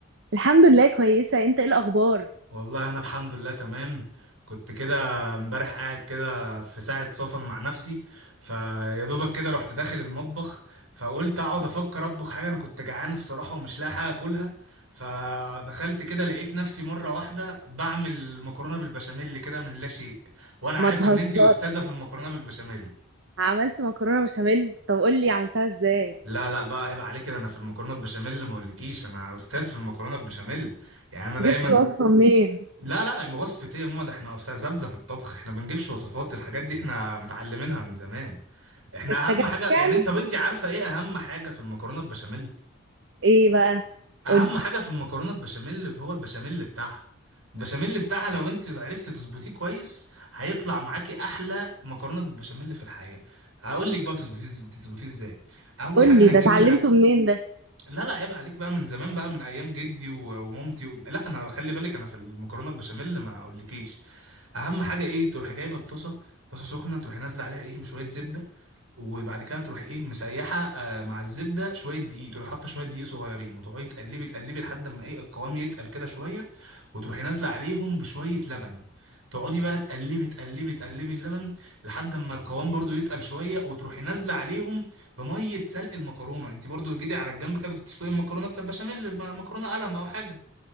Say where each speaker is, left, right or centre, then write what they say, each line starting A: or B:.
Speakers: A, on the right (about 60°); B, on the right (about 85°).
A: الحمد لله كويسة انت ايه الأخبار؟
B: والله انا الحمد لله تمام كنت كده امبارح قاعد كده في ساعة صفن مع نفسي فيا دوبك كده رحت داخل المطبخ فقلت اقعد افكر اطبخ حاجة انا كنت جعان الصراحة ومش لاقي حاجة اكلها فدخلت كده لقيت نفسي مرة واحدة بعمل مكرونة بالبشاميل كده من لا شيء وانا
A: ما
B: عارف
A: تهزر
B: ان انتي استاذة في المكرونة بالبشاميل
A: عملت مكرونة بشاميل طب قولي عملتها ازاي؟
B: لا لا بقى عيب عليك كده انا في المكرونه بالبشاميل ما اقولكيش انا استاذ في المكرونه بالبشاميل يعني انا دايما
A: جبت الوصفة منين؟
B: لا لا وصفة ايه يا ماما ده احنا اساتذة في الطبخ احنا بنجيبش وصفات الحاجات دي احنا متعلمينها من زمان احنا
A: اتجبت
B: اهم حاجة
A: يعني؟
B: يعني انت بنتي عارفة ايه اهم حاجة في المكرونة البشاميل
A: ايه بقى؟
B: اهم
A: قولي
B: حاجة في المكرونة البشاميل هو البشاميل بتاعها البشاميل بتاعها لو انت عرفتي تظبطيه كويس هيطلع معاكي احلى مكرونة بالبشاميل في الحياة هقول لك بقى تظبطيه تظبطيه ازاي اول
A: قولي
B: حاجة هتجيبي
A: ده اتعلمته منين ده؟
B: لا لا عيب عليك بقى من زمان بقى من ايام جدي و- ومامتي و... لا انا خلي بالك انا في المكرونه البشاميل ما اقولكيش اهم حاجه ايه تروحي جايبه الطاسه طاسه سخنه تروحي نازله عليها ايه بشويه زبده وبعد كده تروح ايه مسيحه آه مع الزبده شويه دقيق تروح حاطه شويه دقيق صغيرين وتقعدي تقلبي تقلبي لحد ما ايه القوام يتقل كده شويه وتروحي نازله عليهم بشويه لبن تقعدي بقى تقلبي تقلبي تقلبي اللبن لحد ما القوام برضو يتقل شويه وتروحي نازله عليهم بميه سلق المكرونه انت برضو جيتي على الجنب كده كنت بتسلقي المكرونه بتاعت البشاميل م- مكرونه قلم او حاجه